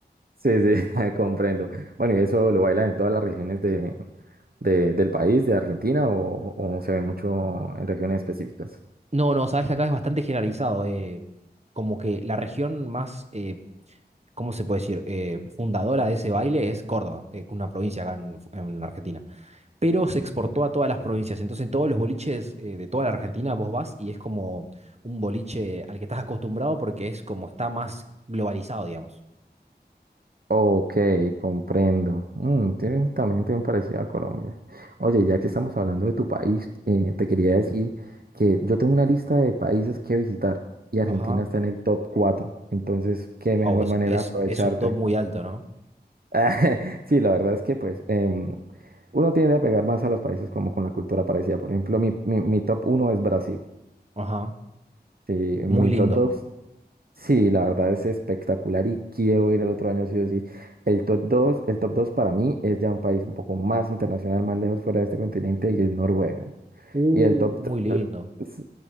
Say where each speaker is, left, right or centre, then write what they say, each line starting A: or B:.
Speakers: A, on the right (about 60°); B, on the right (about 40°).
A: Sí, sí, <laughs> comprendo. Bueno, ¿y eso lo bailan en todas las regiones de, de- del país, de Argentina, o, o se ve mucho en regiones específicas?
B: No, no, sabes que acá es bastante generalizado. eh, como que la región más, eh, ¿cómo se puede decir? eh, fundadora de ese baile es Córdoba, eh, una provincia acá en, en Argentina. Pero se exportó a todas las provincias. Entonces, en todos los boliches eh, de toda la Argentina vos vas y es como un boliche al que estás acostumbrado porque es como está más globalizado, digamos.
A: Ok, comprendo. Mm, tiene- también tiene un parecido a Colombia. Oye, ya que estamos hablando de tu país, eh, te quería decir que yo tengo una lista de países que visitar y Argentina
B: Ajá.
A: está en el top 4. Entonces, qué mejor
B: Wow, es,
A: manera
B: es,
A: de aprovecharte.
B: es un top muy alto, ¿no?
A: <laughs> Sí, la verdad es que pues em, uno tiende a pegar más a los países como con la cultura parecida. Por ejemplo, mi, mi- mi top uno es Brasil.
B: Ajá.
A: Sí, mi
B: Muy lindo.
A: top dos Sí, la verdad es espectacular y quiero ir el otro año sí o sí. El top dos, el top 2 para mí es ya un país un poco más internacional, más lejos fuera de este continente y es Noruega.
B: Uh,
A: Y el top
B: muy lindo.
A: s-